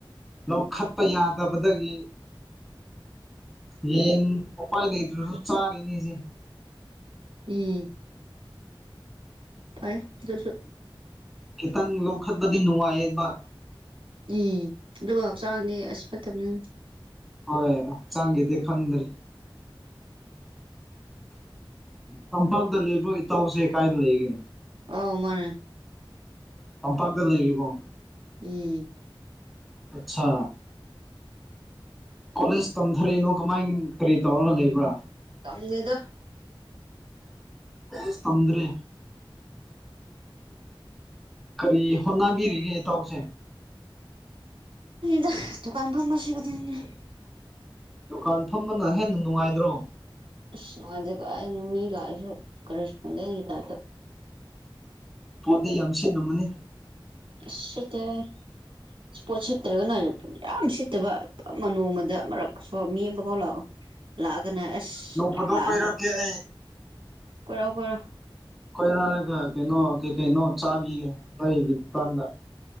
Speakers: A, in the centre; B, on the right.
A: ꯂꯧꯈꯠꯄ ꯌꯥꯗꯕꯗꯒꯤ ꯌꯦ ꯎꯄꯥꯏ ꯂꯩꯇꯔꯁꯨ ꯆꯥꯔꯤꯅꯤꯁ‌ꯦ
B: <unintelligible> ꯐꯩ ꯗꯨꯁꯨ
A: ꯈꯤꯇꯪ ꯂꯧꯈꯠꯄꯗꯤ ꯅꯨꯡꯉꯥꯏꯌꯦꯕ
B: ꯎꯝ ꯑꯗꯨꯒ ꯍꯛꯆꯥꯡꯗꯤ ꯑꯁ ꯐꯠꯇꯕꯅꯤ
A: ꯍꯣꯏ ꯍꯛꯆꯥꯡꯒꯤꯗꯤ ꯈꯪꯗ꯭ꯔꯦ ꯇꯝꯄꯥꯛꯇ ꯂꯩꯕ꯭ꯔꯣ ꯏꯇꯧꯁꯦ ꯀꯥꯏꯗ ꯂꯩꯒꯦ
B: ꯑꯧ ꯃꯥꯅꯦ
A: ꯇꯝꯄꯥꯛꯇ ꯂꯩꯔꯤꯕꫭ
B: ꯎꯝ
A: ꯑꯠꯁꯥ ꯀꯣꯂꯦꯖ ꯇꯝꯊꯥꯔꯤꯅꯣ ꯀꯃꯥꯏ ꯀꯔꯤ ꯇꯧꯔꯒ ꯂꯩꯕ꯭ꯔꯥ
B: ꯇꯝꯗ‌ꯦꯗ
A: ꯀꫭꯂ‌ꯦꯁ ꯊꯝꯗ꯭ꯔꯦ ꯀꯔꯤ ꯍꯣꯠꯅꯕꯤꯔꯤꯒꯦ ꯏꯇꯧꯁꯦ
B: ꯗ ꯇꯨ ꯀꯥꯟꯐꯥꯝ ꯃꯥꯁꯤ ꯀꯗ <unintelligible>
A: ꯗꯨꯀꯥꯟ ꯐꯝꯕꯅ ꯍꯦꯟꯅ ꯅꯨꯡꯉꯥꯏꯗ꯭ꯔꯣ
B: ꯑꯁ ꯅꯨꯉꯥꯏꯇ‌ꯦ ꯑ <unintelligible> ꯃꯤꯂ ꯍꯥꯏꯁꯨ ꯀ ꯔꯦꯁꯄꯗ ꯇꯥꯞꯗꯇ
A: ꯄꯣꯠꯇꯤ ꯌꯥꯝ ꯁꯤꯠꯂꯝꯝꯃꯅꯤ
B: ꯏꯁ ꯁꯤꯠꯇ‌ꯦ ꯄꯣꯠ ꯁꯤꯠꯇ꯭ꯔꯒ ꯌꯥꯝ ꯁꯤꯠꯇꯕ ꯅꯣꯡꯃꯗ ꯃꯔꯛ ꯁꯣ ꯃꯤ ꯑꯃꯐꯥꯎ ꯂꯥꯛꯑꯣ ꯂꯥꯛꯑꯒꯅ ꯑꯁ
A: ꯅꯣꯡ ꯐꯥꯗꯣꯛ
B: ꯌꯥꯝ ꯂꯥꯛꯑꯅꯤ
A: ꯀꯣꯏꯔꯛꯀꯦ ꯑꯩ
B: ꯀꯣꯔꯣꯑꫭ ꯀꯣꯔꯣꯑꫭ
A: ꯀꫭꯏꯔꯥꯛꯑꯔꯒ ꯀꯩꯅꯣ ꯀꯩ ꯀꯩꯅꯣ ꯆꯥꯕꯤꯌꯦ ꯅꯣꯏꯒꯤ ꯗꯨꯀꯥꯟꯗ